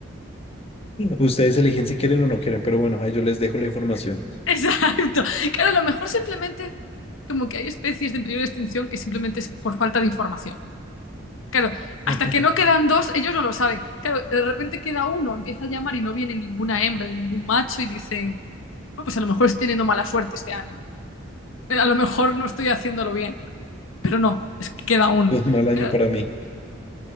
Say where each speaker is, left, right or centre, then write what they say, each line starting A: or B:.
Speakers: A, on the left; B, on the left.
A: ustedes eligen si quieren o no quieren, pero bueno, ahí yo les dejo la información.
B: <laughs> Exacto. Claro, a lo mejor simplemente como que hay especies de peligro de extinción que simplemente es por falta de información. Claro,
A: <laughs>
B: hasta que no quedan dos, ellos no lo saben. Claro, de repente queda uno, empieza a llamar y no viene ninguna hembra ni ningún macho y dicen, bueno, pues a lo mejor estoy teniendo mala suerte este año. <laughs> a lo mejor no estoy haciéndolo bien, pero no, es que queda uno.
A: Fue un mal año
B: Que-
A: para mí.